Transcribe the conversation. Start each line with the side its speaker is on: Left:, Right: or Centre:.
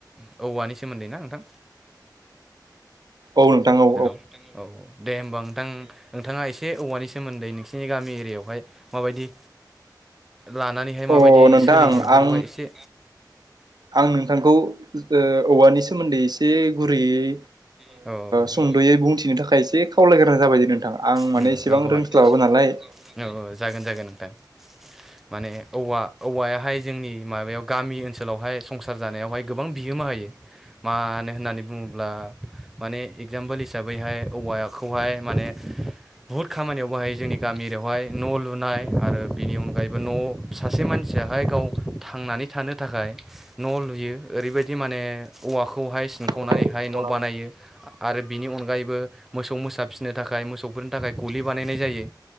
Centre: औ औवानि सोमोन्दै ना नोंथां
Right: औ नोंथां औ
Centre: हेलौ औ दे हमबा नोंथां नोंथांङा एसे औवानि सोमोन्दै नोंसोरनि गामि एरियायावहाय माबायदि लानानैहाय माबायदि
Right: औ अ नोंथां
Centre: सोलियो बेफोरखौहाय
Right: आं
Centre: एसे
Right: आं नोंथांखौ ओ औवानि सोमोन्दै एसे गुरैयै
Centre: औ
Right: सुंद'यै बुंथिनो थाखाय एसे खावलायग्रोनां जाबाय नोंथां आं
Centre: उम
Right: माने एसेबां
Centre: आंखौहाय
Right: रोंस्लाबाबो नालाय
Centre: औ औ जागोन जागोन नोंथां माने औवा औवायाहाय जोंनि माबायाव गामि ओनसोलावहाय संसार जानायावहाय गोबां बिहोमा होयो मानो होननानै बुंङोब्ला माने एगजामपोल हिसाबैहाय औवाखौहाय माने बुहुत खामानियाव बाहायो जोंनि गामि एरियायाव बेवहाय न' लुनाय आरो बिनि अनगायैबो न' सासे मानसियाहाय गाव थांनानै थानो थाखाय थाखाय न' लुयो ओरैबायदि माने औवाखौहाय सिनखावनानैहाय
Right: खौहाय सिनखावनानै
Centre: न' बानायो। आरो बिनि अनगायैबो मोसौ मोसा फिसिनो थाखाय मोसौफोरनि थाखाय गलि बानायनाय जायो।